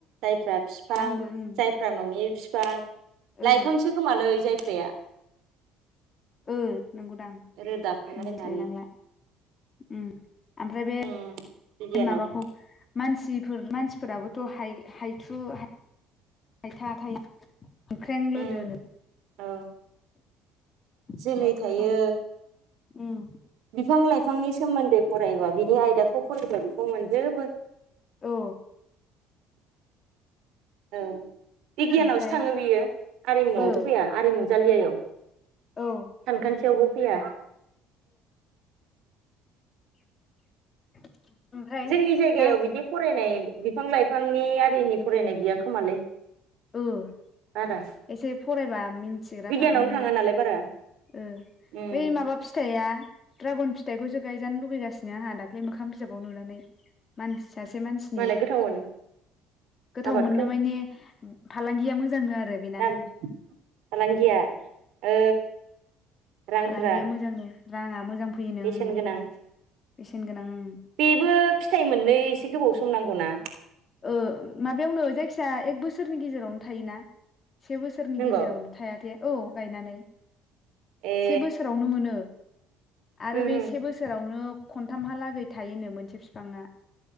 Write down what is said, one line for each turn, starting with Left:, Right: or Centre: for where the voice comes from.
Right: जायफ्रा बिफां
Left: आंबो ओं
Right: जायफ्रा नंङि बिफां
Left: औ
Right: लाइफांसो खोमालै <unintelligible>
Left: ओ नंगौदां
Right: रोदाखौ नायनानै
Left: मिथिलाय लांला उम ओमफ्राय बे
Right: उम <unintelligible>
Left: माबाखौ मानसिफोर मानसिफोराबोथय हाय-हाय हायथु हायथा थायो ना हामख्रें लोदोनो
Right: उम औ
Left: अनेक
Right: जोलै थायो
Left: रोखोमनि उम
Right: बिफां लाइफांनि सोमोन्दै फरायोबा बिनि आयदाखौ फरायोंबा बेखौ मोनजोबो
Left: औ
Right: औ बिगियानावसो
Left: ओमफ्राय
Right: थाङो बियो आरिमुआवथ
Left: ओ
Right: फैया आरिमु जालियायाव
Left: औ ओ
Right: सानखान्थियावबो फैया
Left: <unintelligible>
Right: जोंनि जायगायाव
Left: दा
Right: बिदि फरायनाय बिफां लाइफांनि आरिनि फरायनाय गैया खोमालै
Left: उम
Right: बारा
Left: एसे फरायबा मिथिग्रा
Right: बिगियानावनो
Left: थागौमोन
Right: थाङा
Left: ने
Right: नालाय बारा
Left: ओ
Right: उम
Left: बै माबा फिथाइआ द्रागन फ थखौसो गायजानो लुबैगासिनो आंहा दाख्लै मोखां बिजाबाव नुनानै मानसि सासे मानसिनि
Right: मालाय गोथाव मोनो
Left: गोथाव
Right: आबादखौ
Left: मोननो माने फालांगिया मोजांनो आरो बेना
Right: दाम फालांगिया औ रांफ्रा
Left: फालांगिया मोजांनो राङा मोजां फैयोनो
Right: बेसेन
Left: उम
Right: गोनां
Left: बेसेन गोनां ओम
Right: बेबो फिथाइ मोननो एसे गोबाव सम नांगौना?
Left: ओ माबायावनो जायखिया एक बोसोरनि गेजेरावनो थायोना से बोसोरनि
Right: नंगौ
Left: गेजेरावनो थायाथे औ गायनानै
Right: ए
Left: से बोसोरावनो मोनो आरो
Right: उम
Left: बे से बोसोरावनो खनथामहालागै थायोनो मोनसे बिफांङा